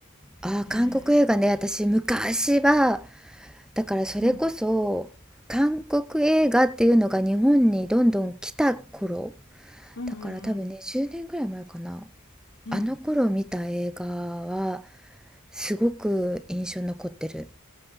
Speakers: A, in the centre; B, on the left.
A: あ、
B: ね
A: 韓国映画ね、私昔は、だからそれこそ、
B: え、うん、
A: 韓国映画っていうのが日本にどんどん来た頃
B: うんうんうん
A: だから多分ね10年ぐらい前かな
B: うん。
A: あの頃見た映画はすごく印象に残ってる